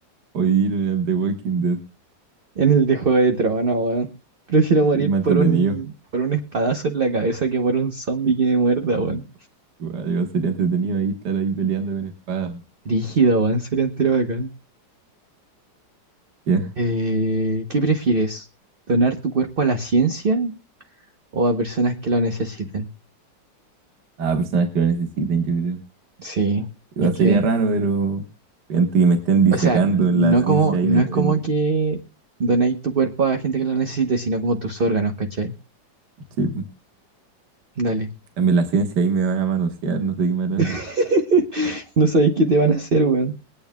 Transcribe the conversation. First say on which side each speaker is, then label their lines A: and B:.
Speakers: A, on the right; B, on the right.
A: o vivir en el de Walking Dead?
B: En el de Juego de Tronos, weón. Prefiero morir
A: sí, Es más
B: por
A: entretenido.
B: un, por un espadazo en la cabeza que por un zombie
A: Sí,
B: que me muerda, weón.
A: igual, igual sería entretenido ahí estar ahí peleando con espadas.
B: Rígido, weón, sería entero bacán.
A: Ya.
B: Eh, ¿qué prefieres? ¿Donar tu cuerpo a la ciencia o a personas que lo necesiten?
A: A personas que lo necesiten, yo creo.
B: Sí,
A: Igual
B: es
A: sería
B: que,
A: raro, pero gente que me estén disecando
B: o sea,
A: en
B: no
A: la ciencia
B: como,
A: ahí
B: no
A: me estén.
B: es como que donéis tu cuerpo a gente que lo necesite, sino como tus órganos, ¿cachai?
A: Sí, pues,
B: Dale.
A: también la ciencia ahí me van a manosear, no sé qué me harán.
B: <laughs> No sabéis qué te van a hacer, weón.